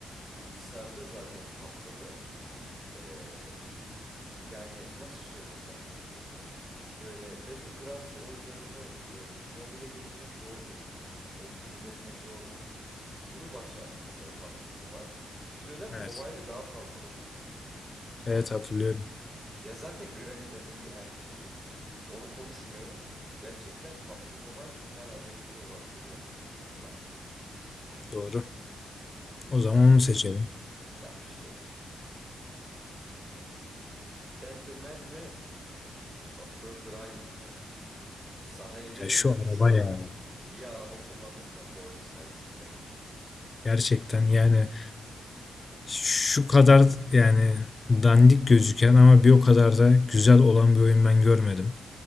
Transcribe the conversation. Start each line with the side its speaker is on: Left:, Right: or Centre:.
Right: bilgisayarda zaten patladı. Ee, yani nasıl söylesem böyle Battlegrounds oyunlarını e, mobile getirmek zordur. Optimize etmek zordur. Bunu başardı mesela PUBG Mobile. Bir dönem mobile'e
Left: Evet.
Right: daha fazla oynandı
Left: Evet
Right: PUBG.
Left: hatırlıyorum.
Right: Ya zaten Granny'den iyi her türlü. Onu konuşmuyorum. Gerçekten PUBG Mobile final adayı bile olabilir ya sırf bu yüzden.
Left: Doğru.
Right: O yüzden
Left: O zaman onu seçelim.
Right: yapıştırdık. Dan the Man mi? Doktor Driving mi? <laughs> Sana yemin
Left: Ya
Right: ediyorum
Left: şu araba
Right: şu an
Left: ya.
Right: iyi araba kullanıyorsan bu oyun sayesinde.
Left: Gerçekten yani şu kadar yani dandik gözüken ama bir o kadar da güzel olan bir oyun ben görmedim.